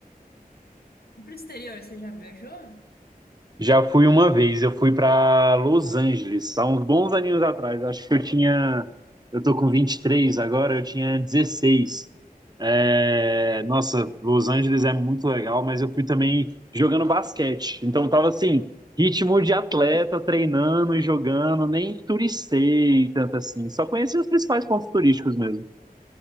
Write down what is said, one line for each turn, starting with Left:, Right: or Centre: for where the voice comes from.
Left: Pro exterior, você já viajou?
Right: Já fui uma vez, eu fui para Los Angeles, há uns bons aninhos atrás. Acho que eu tinha. Eu tô com 23 agora, eu tinha dezesseis É, nossa, Los Angeles é muito legal, mas eu fui também jogando basquete. Então tava assim, ritmo de atleta, treinando e jogando, nem turistei tanto assim. Só conheci os principais pontos turísticos mesmo.